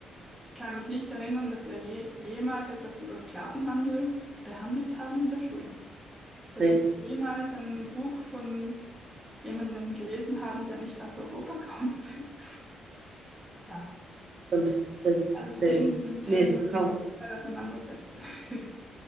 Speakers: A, in the centre; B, on the right (about 35°).
A: kann mich nicht erinnern, dass wir je, jemals etwas über Sklavenhandel behandelt haben in der Schule dass
B: Nee,
A: wir jemals ein Buch von jemandem gelesen haben, der nicht aus Europa kommt. <laughs> Ja,
B: stimmt.
A: alles
B: Selten.
A: Themen, die, mit denen
B: Nee,
A: man
B: kaum.
A: sich manchmal auseinandersetzt. <laughs>